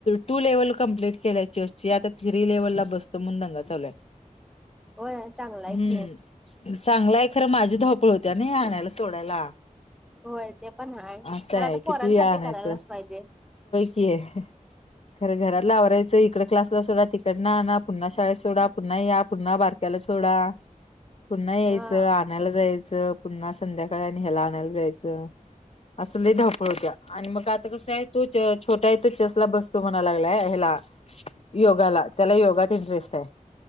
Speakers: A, on the left; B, in the centre.
A: two level complete केल्यायची असते आता थ्री लेव्हल ला बसतो म्हणून दंगा चालय.
B: होय चांगला आहे
A: हम्म
B: की
A: चांगला आहे खरं माझे धवपळ होत. त्यां नाही आणायला सोडायला.
B: होय ते पण आहे
A: असं
B: पण
A: आहे
B: आता पोरांसाठी
A: किती वेळा आणायचं
B: करायलाच पाहिजे.
A: <unintelligible> खर घरातले आवारायच इकडे क्लास सोडा तिकडनं आणा पुन्हा शाळेत सोडा पुन्हा या पुन्हा बार <unintelligible> सोडा. पुन्हा यायचं
B: हा
A: आणायला जायच. पुन्हा संध्याकाळी याला आणायला जायच. अस लय धवपळ होत्या आणि मग आता कसा आहे तो छोटा आहे तो चेस ला बसतो म्हणा लागलाय याला योगाला त्याला योगात इंटरेस्ट आहे.